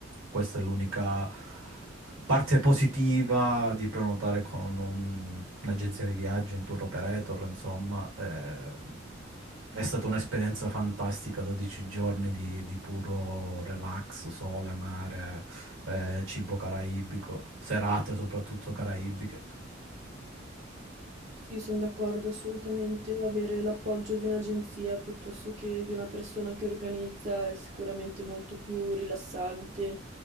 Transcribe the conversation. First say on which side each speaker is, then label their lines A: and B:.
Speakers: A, on the right; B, on the right.
A: questa è l'unica... Parte positiva di prenotare con un- un'agenzia di viaggio, un tour operator, insomma, eh, è stata un'esperienza fantastica, 12 giorni di, di puro relax, sole, mare, eh, cibo caraibico, serate soprattutto caraibiche.
B: Sì, sono d'accordo assolutamente. Avere l'appoggio di un'agenzia piuttosto che di una persona che organizza è sicuramente molto più rilassante